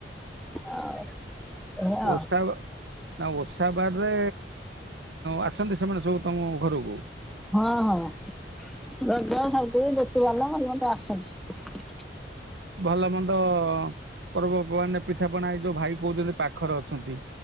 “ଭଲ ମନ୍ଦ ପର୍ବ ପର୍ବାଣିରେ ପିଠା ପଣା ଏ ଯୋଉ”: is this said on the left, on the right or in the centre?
Right